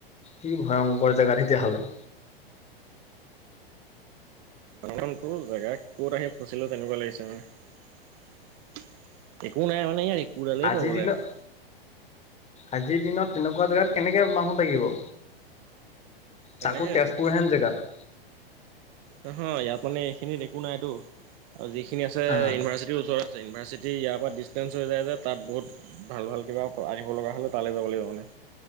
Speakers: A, on the left; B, on the right.
A: কি ভয়ংকৰ জেগা তেতিয়াহ'লে।
B: দঙনটোৰ জেগা ক'ত আহি ফুচো তেনেকুৱা লাগিছে নহ একো নাই মানে ই একোডালেই
A: আজিৰ
B: পাবলৈ
A: দিনত
B: নাই।
A: আজিৰ দিনত তেনেকুৱা জেগাত কেনেকে মানুহ থাকিব?
B: তেনেকেই
A: চাকো তেজপুৰ
B: আছে।
A: হেন জেগাত৷
B: নহয় ইয়াত মানে এইখিনিত একো নাইতো যিখিনি আছে
A: অ
B: ইভাৰ্চি ওচৰ আছে ইউনিভাৰ্চিটি ইয়াৰ পৰা ডিষ্টেঞ্চ হৈ যায় যে তাত বহুত ভাল-ভাল কিবা আহিব লগা হলে তালৈ যাব লাগিব মানে।